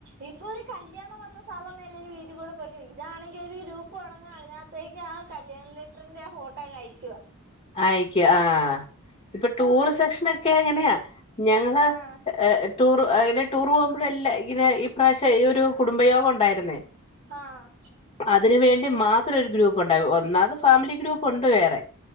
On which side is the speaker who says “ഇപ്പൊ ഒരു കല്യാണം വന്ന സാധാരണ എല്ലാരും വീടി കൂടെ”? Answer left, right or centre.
Right